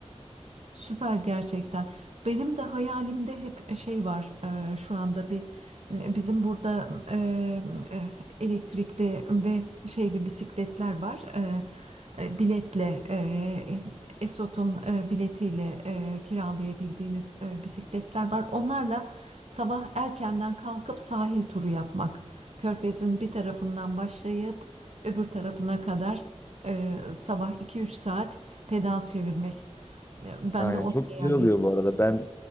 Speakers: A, on the right; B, on the left.
A: Süper gerçekten. Benim de hayalimde hep e, şey var e, şu anda bir bizim burada e, e, elektrikli ve şeyli bisikletler var. E, e, biletle e, Esot'un e, biletiyle e, kiralayabildiğiniz e, bisikletler var. Onlarla sabah erkenden kalkıp sahil turu yapmak. Körfez'in bir tarafından başlayıp öbür tarafına kadar e, sabah iki üç saat pedal çevirmek. Ya, Ben
B: Aynen
A: de ona
B: çok
A: eyaleti.
B: güzel oluyor bu arada. Ben